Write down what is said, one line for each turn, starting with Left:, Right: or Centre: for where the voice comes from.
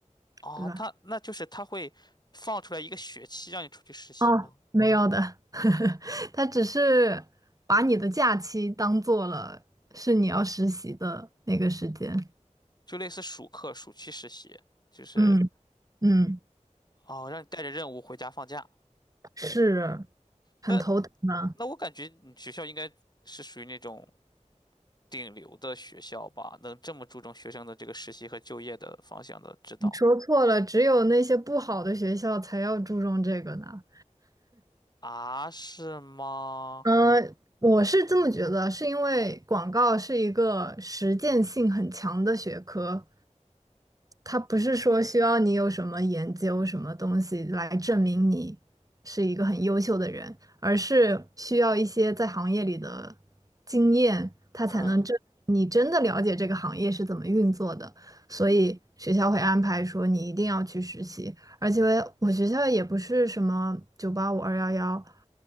Left: 啊，
Right: 对吧？
Left: 他那就是他会放出来一个学期让你出去实习吗？
Right: 哦，没有的，<laughs> 他只是把你的假期当做了是你要实习的那个时间。
Left: 就类似暑课、暑期实习，就是
Right: 嗯嗯，
Left: 哦，让你带着任务回家放假。
Right: 是很头疼呢。
Left: 那那我感觉你学校应该是属于那种顶流的学校吧，能这么注重学生的这个实习和就业的方向的指导
Right: 你说错了，只有那些不好的学校才要注重这个呢。
Left: 啊？是吗？
Right: 嗯，我是这么觉得，是因为广告是一个实践性很强的学科，它不是说需要你有什么研究什么东西来证明你是一个很优秀的人，而是需要一些在行业里的经验，它才能证明你真的了解这个行业是怎么运作的。
Left: 嗯，
Right: 所以学校会安排说你一定要去实习，而且我学校也不是什么九八五二幺幺，